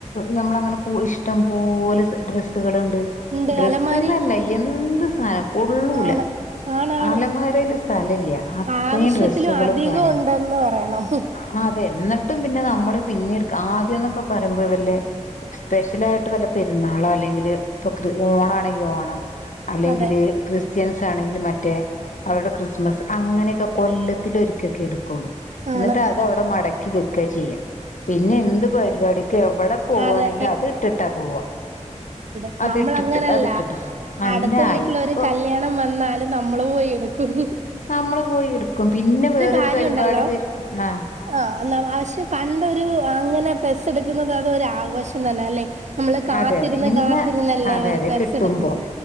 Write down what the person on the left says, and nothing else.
ന്നമ്മള് ഹ് അങ്ങനെ ഇഷ്ട്ടം പോലെ ഡ്രെസ്സുകള്ണ്ട്.
ഡ്രെസ്സ്ന്നല്ല
എന്ത് സാനം കൊള്ളൂല
അലമാരേല് സ്ഥലല്ല അത്രേം
ഡ്രസ്സുകളും
കാര്യങ്ങളുംഅഅതെ
ന്ന ട്ടും പിന്നെ ന്നമ്മള് പിന്നെ ഇട്ക്ക് ആദ്യംന്നൊക്കെ പറയുമ്പോ വല്ലേ സ്പെഷ്യലായിട്ട് വല്ല്യേ പെരുന്നാളോ അല്ലെങ്കില് ഇപ്പൊ കൃ ഓണാ ആണെങ്കിൽ ഓണം. അല്ലെങ്കില്
ക്രിസ്ത്യൻസ് ആണെങ്കിലും മറ്റേ അവരുടെ ക്രിസ്മസ് അങ്ങനെയൊക്കെ കൊല്ലത്തില് ഒരിക്കൊക്കെ എടുക്കൊള്ളു.
ഇന്നട്ട് അത് ഔടെ മടക്കി വെക്ക ചെയ്യ. പിന്നെ എന്ത് പരിപാടിക്ക് എവിടെ പോവാണെങ്കിലും
അത് ഇട്ടിട്ടാ പോവാ.
അത് ഇട്ടിട്ട്
അത് ഇട്ടിട്ട് പോവും അല്ല
ഇപ്പൊ
ന്നമ്മള് പോയി എട്ക്കും പിന്നെ വേറൊരു
പരിപാടി വെര് ആ
അതെ അതെ ഇന്ന്
അതെ
അതെ
കിട്ടുമ്പോ